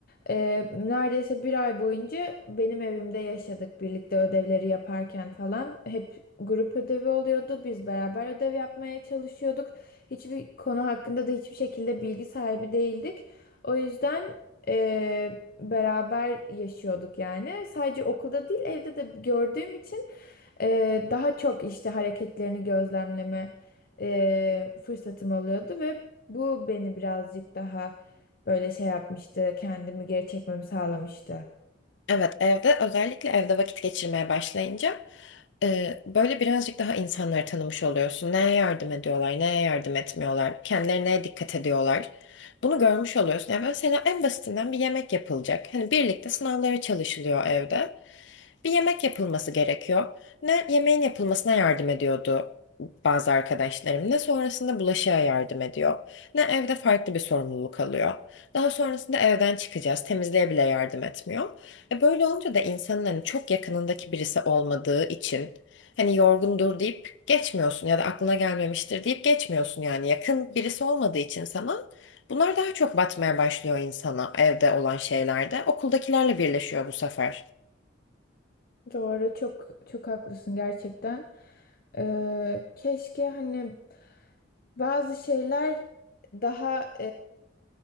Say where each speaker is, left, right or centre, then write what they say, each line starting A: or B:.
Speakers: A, on the left (about 50°); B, on the left (about 65°).
A: e, neredeyse bir ay boyunca benim evimde yaşadık birlikte ödevleri yaparken falan. Hep grup ödevi oluyordu. Biz beraber ödev yapmaya çalışıyorduk. Hiçbir konu hakkında da hiçbir şekilde bilgi sahibi değildik. O yüzden e, beraber yaşıyorduk yani. Sadece okulda değil evde de gördüğüm için e, daha çok işte hareketlerini gözlemleme e, fırsatım oluyordu ve bu beni birazcık daha böyle şey yapmıştı, kendimi geri çekmemi sağlamıştı.
B: Evet evde özellikle evde vakit geçirmeye başlayınca e, böyle birazcık daha insanları tanımış oluyorsun. Neye yardım ediyorlar, neye yardım etmiyorlar, kendilerine neye dikkat ediyorlar. Bunu görmüş oluyorsun. Yani mesela en basitinden bir yemek yapılacak. Hani birlikte sınavlara çalışılıyor evde. Bir yemek yapılması gerekiyor. Ne yemeğin yapılmasına yardım ediyordu bazı arkadaşlarım, ne sonrasında bulaşığa yardım ediyor, ne evde farklı bir sorumluluk alıyor. Daha sonrasında evden çıkacağız, temizliğe bile yardım etmiyor. E böyle olunca da insanın hani çok yakınındaki birisi olmadığı için hani yorgundur deyip geçmiyorsun ya da aklına gelmemiştir deyip geçmiyorsun yani yakın birisi olmadığı için sana bunlar daha çok batmaya başlıyor insana evde olan şeylerde okuldakilerle birleşiyor bu sefer.
A: Doğru, çok çok haklısın gerçekten. E, keşke hani bazı şeyler daha